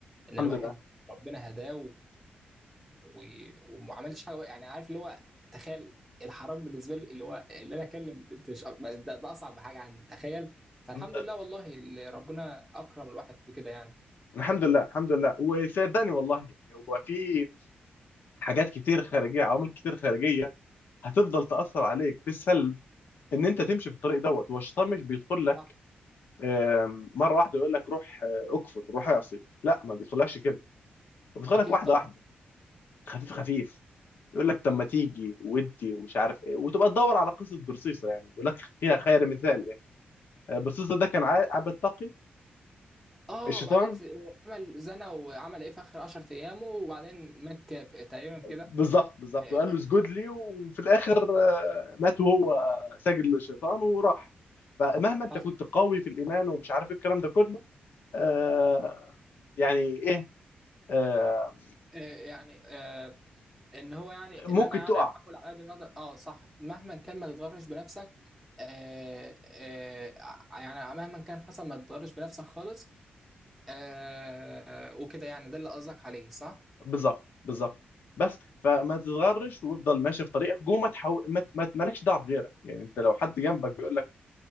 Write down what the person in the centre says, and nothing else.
ان
الواحد
ربنا هداه و... و... وما عملش حاجه يعني عارف اللي هو تخيل الحرام بالنسبه لي اللي هو اللي انا اكلم بنت مش أك- بس ده, ده اصعب حاجه عندي تخيل فالحمد
لله والله اللي ربنا اكرم الواحد بكده يعني
صح
اكيد
طبعا
اه
وبعدين في عمل زنا وعمل ايه في اخر 10 ايامه وبعدين مات كاف تقريبا كده
آه،
حصل
آه، يعني آه، ان هو يعني
اللي انا يعني
احاول على قد ما اقدر اه صح مهما كان ما تتغرش بنفسك آه آه يعني مهما كان حصل ما تتغرش بنفسك خالص آه وكده يعني ده اللي قصدك عليه صح